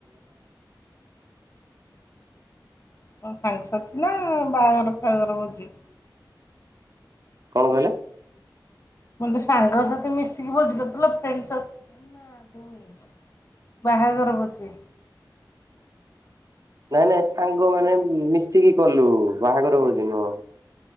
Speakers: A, on the left; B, on the right.
A: କଣ ସାଙ୍ଗସାଥି ନା ବାହାଘର ଫାହାଘର ଭୋଜି?
B: କଣ କହିଲେ?
A: ମତେ ସାଙ୍ଗ ସାଥି ମିଶିକି ଭୋଜି କରିଥିଲ ଫ୍ରେଣ୍ଡ ସର୍କଲ ନା ବାହାଘର ଭୋଜି?
B: ନାଇଁ ନାଇଁ ସାଙ୍ଗ ମାନେ ମିଶିକି କଲୁ ବାହାଘର ଭୋଜି ନୁହଁ।